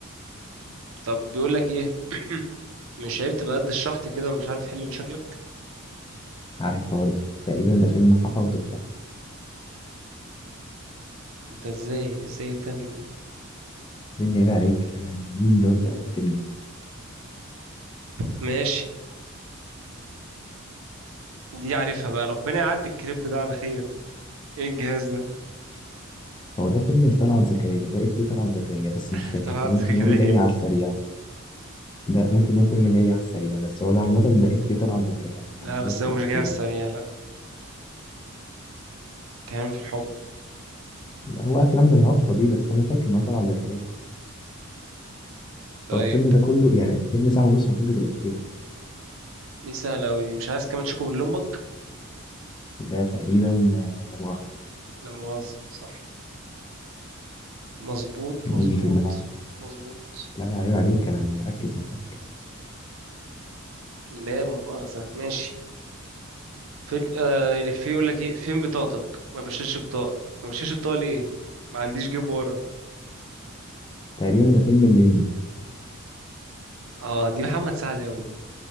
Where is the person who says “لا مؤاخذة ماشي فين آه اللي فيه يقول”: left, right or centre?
Right